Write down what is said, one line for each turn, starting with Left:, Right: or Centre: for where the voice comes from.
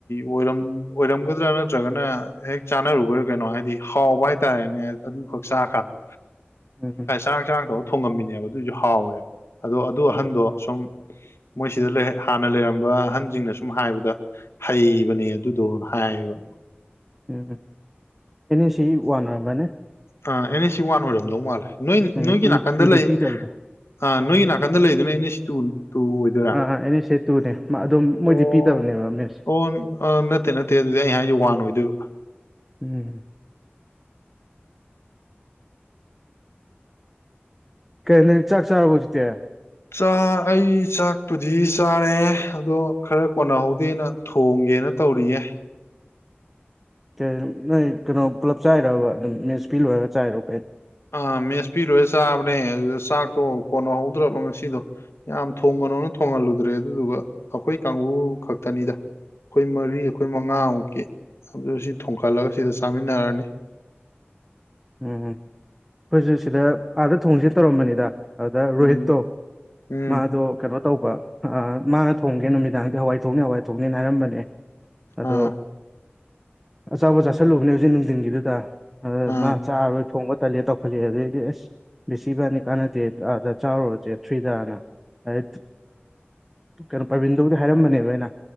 Left: ꯑꯣꯏꯔꯝꯒꯗ꯭ꯔꯥ ꯅꯠꯇ꯭ꯔꯒꯅ ꯍꯦꯛ ꯆꯥꯟꯅꯔꯨꯕ꯭ꯔꯥ ꯀꯩꯅꯣ ꯍꯥꯏꯗꯤ ꯍꯥꯎꯕ ꯍꯥꯏꯇꯥꯔꯦꯅꯦ ꯑꯗꯨꯈꯛ ꯆꯥꯉꯀꯥꯟꯗ
Centre: ꯎꯝꯝ
Left: ꯆꯥꯡ ꯆꯔꯥꯡ ꯇꯧꯒ ꯊꯣꯡꯉꯝꯃꯤꯅꯦꯕ ꯑꯗꯨꯏꯁꯨ ꯍꯥꯎꯋꯦꯕ ꯑꯗꯣ ꯑꯗꯨ ꯑꯍꯟꯗꯣ ꯁꯨꯝ ꯃꯣꯏꯁꯤꯗ ꯍꯥꯟꯅ ꯂꯩꯔꯝꯕ ꯑꯍꯟꯁꯤꯡꯅ ꯁꯨꯝ ꯍꯥꯏꯕꯗ ꯍꯩꯕꯅꯦ ꯑꯗꯨꯗꯣ ꯍꯥꯏꯕ
Centre: ꯎꯝ ꯑꯦꯟ ꯑꯦꯁ ꯁꯤ ꯋꯥ ꯑꯣꯏꯔꯝꯕꯅꯦ
Left: ꯑꯥ ꯑꯦꯟ ꯑꯦꯁ ꯁꯤ ꯋꯥꯟ ꯑꯣꯏꯔꯝꯗꯧ ꯃꯥꯜꯂꯦ ꯅꯣꯏ
Centre: ꯎꯝ
Left: ꯅꯣꯏꯒꯤ
Centre: ꯇꯨ
Left: ꯅꯥꯀꯟꯗ
Centre: ꯇꯨꯗꯤ
Left: ꯂꯩ
Centre: ꯄꯤꯗꯕꯅꯦ
Left: ꯑ ꯅꯣꯏꯒꯤ ꯅꯥꯀꯟꯗ ꯂꯩꯗꯅ ꯑꯦꯟ ꯑꯦ ꯏꯁ ꯇꯨ ꯇꯨ ꯑꯣꯏꯗꯣꯏꯔꯥ
Centre: ꯑꯥ ꯑꯦꯟ ꯑꯦꯁ ꯑꯦ ꯇꯨꯅꯦ ꯑꯗꯨꯝ
Left: ꯑꯣ
Centre: ꯃꯣꯏꯗꯤ ꯄꯤꯗꯕꯅꯦꯕ ꯃꯦꯠꯁ
Left: ꯑꯣ ꯑ ꯅꯠꯇꯦ ꯅꯠꯇꯦ ꯑꯗꯨꯗꯤ ꯑꯩ ꯍꯥꯏꯁꯁꯤꯦ ꯋꯥꯟ ꯑꯣꯏꯗꯣꯏꯕ
Centre: ꯎꯝ ꯀꯩꯅ ꯆꯥꯛ ꯆꯥꯔꯕ ꯍꯧꯖꯤꯛꯇꯤ
Left: ꯥ ꯑꯩ ꯆꯥꯛꯄꯨꯗꯤ ꯆꯥꯔꯦ ꯑꯗꯣ ꯈꯔ ꯀꯣꯟꯅꯍꯧꯗꯦꯅ ꯊꯣꯡꯒꯦꯅ ꯇꯧꯔꯤꯌꯦ
Centre: ꯀ ꯅꯣꯏ ꯀꯩꯅꯣ ꯄꯨꯂꯞ ꯆꯥꯏꯔꯕ ꯑꯗꯨꯝ ꯃꯤꯁꯄꯤꯤ ꯂꯣꯏꯔꯒ ꯆꯥꯏꯔꯣ ꯑꯩ
Left: ꯑꯥ ꯃꯦꯁꯄꯤꯔꯣꯏ ꯆꯥꯕꯅꯦ ꯑꯗꯨꯗ ꯆꯥꯛꯇꯣ ꯀꯣꯟꯅꯧꯍꯧꯗ꯭ꯔꯕ ꯉꯁꯤꯗꯣ ꯌꯥꯝ ꯊꯣꯡꯒꯅꯣꯅ ꯊꯣꯡꯍꯜꯂꯨꯗ꯭ꯔꯦ ꯑꯗꯨꯗꯨꯒ ꯑꯩꯈꯣꯏ ꯀꯥꯡꯕꯨ ꯈꯛꯇꯅꯤꯗ ꯑꯩꯈꯣꯏ ꯃꯔꯤ ꯑꯩꯈꯣꯏ ꯃꯉꯥꯃꯨꯛꯀꯤ ꯑꯗꯨ ꯁꯤ ꯊꯣꯡꯒꯠꯂꯒ ꯁꯤꯗ ꯆꯥꯃꯤꯟꯅꯔꯅꯤ <unintelligible>
Centre: ꯎꯝ ꯑꯩꯈꯣꯏꯁꯨ ꯁꯤꯗ ꯑꯥꯗ ꯊꯣꯡꯁꯦ ꯇꯧꯔꯝꯕꯅꯤꯗ ꯑꯗꯨꯗ ꯔꯣꯍꯤꯠꯇꯣ
Left: ꯎꯝ ꯎꯝ
Centre: ꯃꯥꯗꯣ ꯀꯩꯅꯣ ꯇꯧꯕ ꯃꯥꯅ ꯊꯣꯡꯒꯦ ꯅꯨꯃꯤꯗꯥꯡꯗꯤ ꯍꯋꯥꯏ ꯊꯣꯡꯅꯦꯦ ꯍꯋꯥꯏ ꯊꯣꯡꯒꯦꯅ ꯍꯥꯏꯔꯝꯕꯅꯦ ꯑꯗꯣ
Left: ꯑꯥ
Centre: ꯑꯆꯕ ꯆꯥꯁꯤꯜꯂꯨꯕꯅꯦ ꯍꯧꯖꯤꯛ ꯅꯨꯡꯊꯤꯟꯒꯤꯗꯨꯗ
Left: ꯑꯥ
Centre: ꯃꯥ ꯆꯥꯔꯣꯏ ꯊꯣꯡꯕ ꯇꯜꯂꯦ ꯇꯧꯈꯠꯂꯛꯑꯦ ꯑꯗꯨꯗꯩꯗꯤ ꯑꯁ ꯕꯦꯁꯤ ꯐꯅꯤ ꯀꯥꯟꯅꯗꯦ ꯑꯥꯗ ꯆꯥꯔꯨꯔꯁꯦ ꯐ꯭ꯔꯤꯗꯥꯅ ꯑꯗ ꯀꯩꯅꯣ ꯄꯔꯕꯤꯟꯗꯨꯕꯨꯗꯤ ꯍꯥꯏꯔꯝꯕꯅꯦꯕ ꯑꯩꯅ